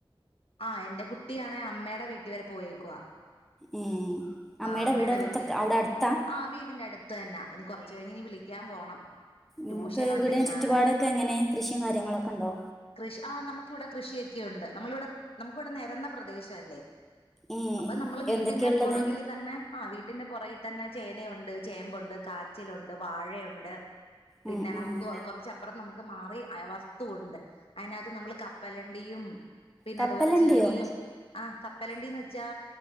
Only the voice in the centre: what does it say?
ഏഹ് അമ്മയുടെ
വീട് അടുത്തൊക്കെ
അവിടെ അടുത്താ
ഇങ്ങക്ക്
വടെ ചുറ്റുപാടൊക്കെ
എങ്ങനെ കൃഷിയും കാര്യങ്ങളൊക്കെ ണ്ടോ
ഏ
എന്തൊക്കെയുള്ളത്
ഉം
ഉം ഉം
കപ്പലണ്ടിയോ